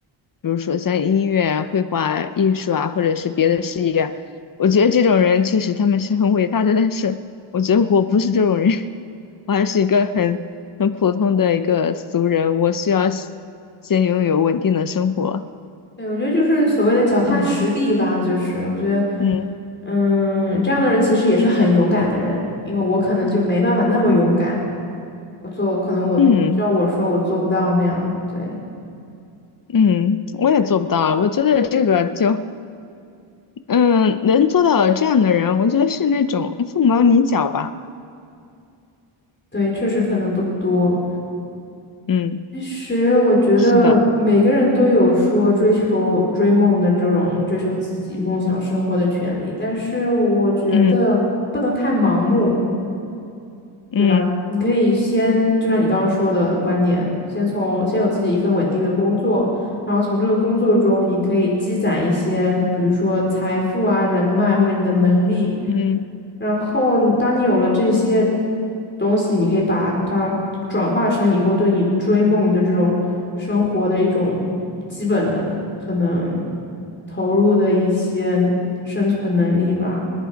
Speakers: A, on the left (about 40°); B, on the left (about 20°).
A: 比如说像音乐啊、绘画啊艺术啊，或者是别的事业啊我觉得这种人确实他们是很伟大的，但是我觉得我不是这种人，<laughs> 我还是一个很很普通的一个俗人，我需要先先拥有稳定的生活。
B: 对，我觉得就是所谓的脚踏实地吧，
A: 嗯
B: 就是我觉得，
A: 嗯
B: 嗯，这样的人其实也是很勇敢的人，因为我可能就没办法那么勇敢，我做，可能我就像我说我做不到那样，
A: 嗯
B: 对
A: 嗯，我也做不到啊，我觉得这个就嗯，能做到这样的人，我觉得是那种凤毛麟角吧。
B: 对，确实可能不多。
A: 嗯，
B: 其实我觉得每个人都有说追求追梦的这种追求自己梦想生活的权利，
A: 是的，
B: 但是我觉得不能太盲目。
A: 嗯嗯
B: 对吧？你可以先，就像你刚刚说的观点，先从先有自己一份稳定的工作，然后从这个工作中，你可以积攒一些，比如说财富啊、人脉或者你的能力。
A: 嗯嗯
B: 然后你当你有了这些东西，你可以把它转化成以后对你追梦的这种生活的一种基本的可能投入的一些生存能力吧。